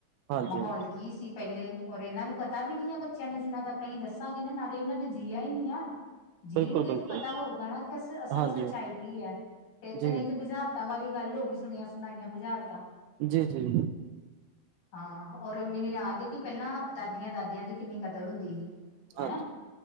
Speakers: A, on the right (about 90°); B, on the left (about 40°).
A: ਹਾਂਜੀ
B: ਮਾਹੌਲ ਕੀ ਸੀ। ਪਹਿਲੇ ਔਰ ਇਹਨਾਂ ਨੂੰ ਪਤਾ ਵੀ ਨੀ ਆ ਬੱਚਿਆਂ ਨੂੰ ਜਿੰਨਾ ਤਕ ਅਸੀ ਦੱਸਾਂਗੇ ਨਾ ਨਾਲੇ ਉਹਨਾਂ ਨੇ ਜੀਆ ਹੀ ਨੀ ਆ। ਜੀਣਗੇ
A: ਬਿਲਕੁਲ
B: ਤੇ
A: ਬਿਲਕੁਲ
B: ਪਤਾ ਹੋਊਗਾ ਨਾ ਕਿ ਅਸ ਅਸਲ
A: ਹਾਂਜੀ
B: ਸੱਚਾਈ ਕੀ ਐ ਫੇਰ ਤੇ
A: ਜੀ
B: ਨਹੀਂ ਤੇ ਬੁਝਾਰ ਤਾਂ ਵਾਲੀ ਗੱਲ ਹੋ ਗਈ ਸੁਣੀਆਂ ਸੁਣਾਈਆਂ ਬੁਝਾਰਤਾਂ।
A: ਜੀ ਜੀ।
B: ਹਾਂ ਔਰ ਮੈਨੂੰ ਯਾਦ ਐ ਕਿ ਪਹਿਲਾਂ ਦਾਦੀਆਂ ਦਾਦਿਆਂ ਦੀ ਕਿੰਨੀ ਕਦਰ ਹੁੰਦੀ ਹੀ। ਹੈਨਾ
A: ਹਾਂਜੀ